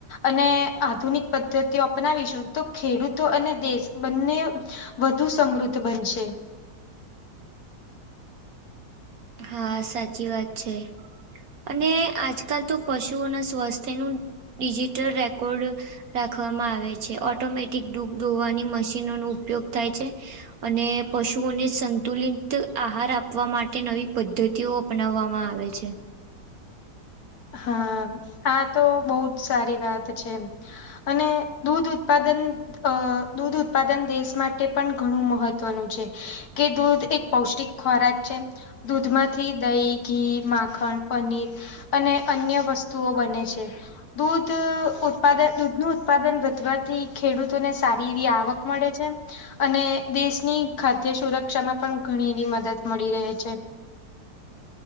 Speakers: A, on the left; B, on the right.
A: અને આધુનિક પદ્ધતિઓ અપનાવીશું, તો ખેડૂતો અને. દેશ બંને વધુ સમૃદ્ધ બનશે.
B: હા સાચી વાત છે. અને આજકાલ તો પશુઓના સ્વાસ્થ્ય નું ડિજિટલ રેકોર્ડ રાખવામાં આવે છે, ઓટોમેટિક ડૂધ ધોવાની મશીનોનો ઉપયોગ થાય છે. અને પશુઓને સંતુલિત આહાર આપવા માટે નવી પદ્ધતિઓ અપનાવવામાં આવે છે,
A: હા આ તો બહુ જ સારી વાત છે. એમ અને દૂધ ઉત્પાદન અ દૂધ ઉત્પાદન દેશ માટે પણ ઘણું મહત્વનું છે, કે દૂધ એક પૌષ્ટિક ખોરાક છે, દૂધમાંથી દહીં, ઘી, માખણ, પનીર. અને અન્ય વસ્તુઓ બને છે. દૂધ ઉત્પાદન દૂધનું ઉત્પાદન વધવાથી ખેડૂતોને સારી એવી આવક મળે છે. અને દેશની ખાદ્ય સુરક્ષામાં પણ ઘણી એવી મદદ મળી રહે છે,